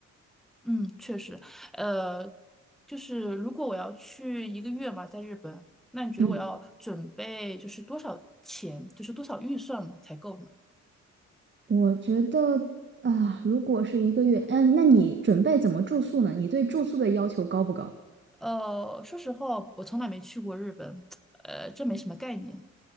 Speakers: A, in the centre; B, on the right.
A: 嗯，确实，呃，就是如果我要去一个月嘛，在日本，那你觉得我要准备就是多少钱，
B: 嗯，
A: 就是多少预算嘛才够呢？
B: 我觉得啊，如果是一个月，嗯，那你准备怎么住宿呢？你对住宿的要求高不高？
A: 呃，说实话，我从来没去过日本，<tsk> 呃，这没什么概念。